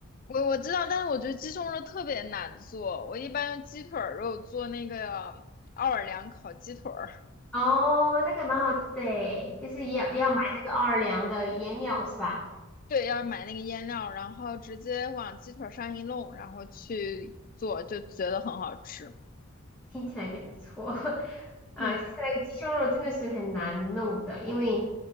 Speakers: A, on the left; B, in the centre.
A: 我我知道，但是我觉得鸡胸肉特别难做。我一般用鸡腿儿肉做那个奥尔良烤鸡腿儿，
B: 哦，那个蛮好吃的诶就是要要买那个奥尔良的腌料是吧？
A: 嗯对，要买那个腌料，然后直接往鸡腿儿上一弄，然后去做，就觉得很好吃。
B: 听起来就不错 <laughs> 啊。
A: 嗯，
B: 其实那个鸡胸肉真的是很难弄的，因为